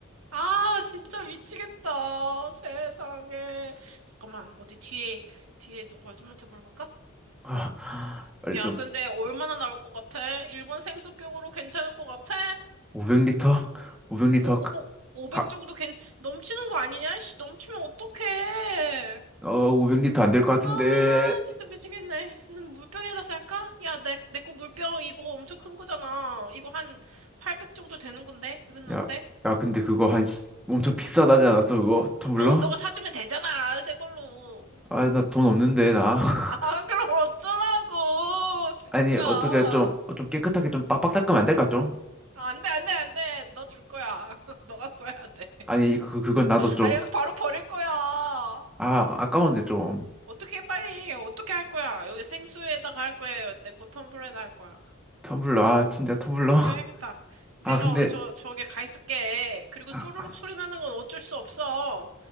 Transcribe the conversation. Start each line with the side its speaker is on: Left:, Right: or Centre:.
Right: 아, 진짜 미치겠다. 세상에. 잠깐만, 어디 뒤에, 뒤에 누구 아줌마한테 물어볼까?
Centre: 아, 빨리
Right: 야,
Centre: 좀
Right: 근데 얼마나 나올 것 같아? 일본 생수병으로 괜찮을 것 같아?
Centre: 500리터? 500리터
Right: 오, 오, 500
Centre: 가,
Right: 정도 괜, 넘치는 거 아니냐? 씨, 넘치면 어떡해.
Centre: 어, 500리터 안될 것 같은데.
Right: 아, 진짜 미치겠네. 난 물병에다 쌀까? 야, 내, 내 거 물병 이거 엄청 큰 거잖아. 이거 한 800 정도 되는 건데? 이거는
Centre: 야,
Right: 어때?
Centre: 야, 근데 그거 한 시- 엄청 비싸다지 않았어, 그거? 텀블러?
Right: 아, 너가 사주면 되잖아. 새 걸로.
Centre: 아, 나 돈 없는데, 나. <laughs>
Right: 아, 그럼 어쩌라고. 진짜.
Centre: 아니, 어떻게 좀, 어, 좀 깨끗하게 좀 빡빡 닦으면 안 될까, 좀?
Right: 아, 안 돼, 안 돼, 안 돼. 너 줄 거야. <laughs> 너가 써야 돼.
Centre: 아니, 그, 그건 나도 좀,
Right: 아니, 이거 바로 버릴 거야.
Centre: 아, 아까운데, 좀.
Right: 어떻게 빨리, 어떻게 할 거야? 여기 생수에다가 할 거야. 내 거 텀블러에다 할 거야.
Centre: 텀블러, 아, 진짜 텀블러.
Right: 텀블러
Centre: <laughs>
Right: 해야겠다. 내가
Centre: 아, 근데,
Right: 어, 저, 저기 가 있을게. 그리고
Centre: 아,
Right: 쪼르륵 소리 나는 건 어쩔 수 없어.